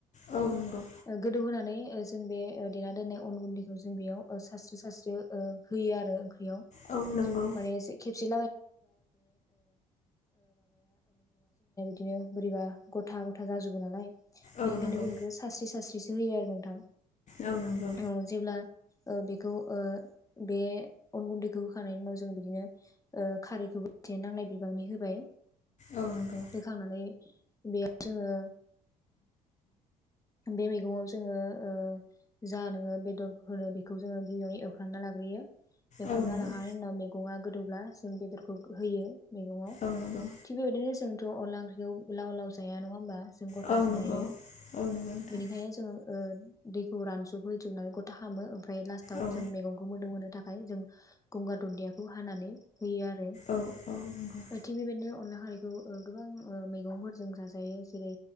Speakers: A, on the left; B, on the left.
A: औ नंगौ
B: गोदौ होनानै जों बे देना दोननाय अन गुन्दैखौ जों बेयाव सासस्रि सासस्रि होयो आरो
A: औ नंगौ
B: माने एसे खेबसे <unintelligible> बिदिनो बोरैबा गथा गथा जाजोबो नालाय?
A: औ
B: बेनिखायनो
A: नंगौ
B: बेखौ सास्रि सास्रिसो होयो आरो नोंथां।
A: औ नंगौ
B: औ जेब्ला ओ बेखौ ओ बे अन गुन्दैखौ होखांनायनि उनाव जों बिदिनो ओ खारैखौबो एसे नांनाय बिबांनि होबाय।
A: औ नंगौ
B: होखांनानै बेयाव जोङो बे मैगंआव जोङो ओ जा नोङो बेदर होनो बेखौ जोङो गिबियावनो एवफ्रामना ला ग्रोयो। एवफ्रामना
A: औ नंगौ
B: लाखांनायनि उनाव मैगङा गोदौब्ला जों बेदरखौ होयो मैगङाव।
A: औ नंगौ
B: थिग बेबायदिनो जोंथ' अनला ओंख्रिखौ लाव लाव जाया नङा होमबा? जों गथासो
A: औ नंगौ
B: जायो।
A: औ नंगौ नोंथां
B: बेनिखायनो जोङो ओ दैखौ रानजब होजोबनानै गथा खामो ओमफ्राय लास्टाव
A: औ
B: जों मेगंखौ मोदोम होनो थाखाय जों गंगार दुन्दियाखौ हानानै होयो आरो।
A: औ औ नंगौ
B: बेथिं बेबायदिनो अनला खारै खौ ओ गोबां ओ मैगंफोरजों जाजायो जेरै